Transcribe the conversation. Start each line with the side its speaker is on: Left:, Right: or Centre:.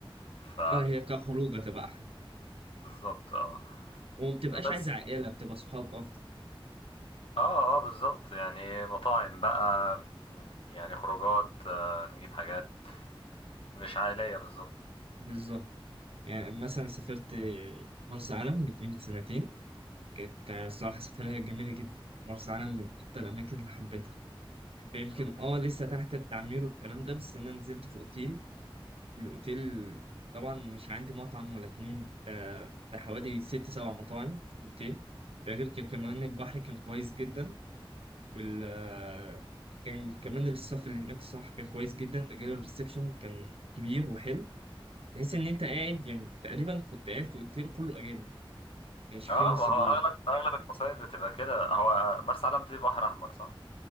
Left: ف
Right: اه هي كخروج هتبقى أحلى
Left: بالظبط اه
Right: وما بتبقاش
Left: بس
Right: عايزة عائلة بتبقى صحاب أفضل
Left: اه اه بالظبط يعني مطاعم بقى مم، يعني خروجات آه نجيب حاجات مش عائلية بالظبط
Right: بالظبط يعني مثلا سافرت مرسى علم من قيمة سنتين كانت الصراحة
Left: مم،
Right: سفرية جميلة جدا مرسى علم من أكتر الأماكن اللي حبيتها يمكن
Left: مم.
Right: اه لسه تحت التعمير والكلام ده بس انا نزلت في اوتيل الاوتيل طبعا مش عندي مطعم ولا اتنين ده ده حوالي ست سبع مطاعم في الاوتيل ده غير كده كمان البحر كان كويس جدا وال آه، كان كمان الصف اللي هناك الصراحة كان كويس جدا ده غير الريسبشن كان كبير وحلو تحس ان انت قاعد يعني تقريبا كنت قاعد في اوتيل كله اجانب كانش
Left: اه
Right: فيه مصريين
Left: ما هو اغلب اغلب المصايف بتبقى كده هو مرسى علم دي بحر احمر صح؟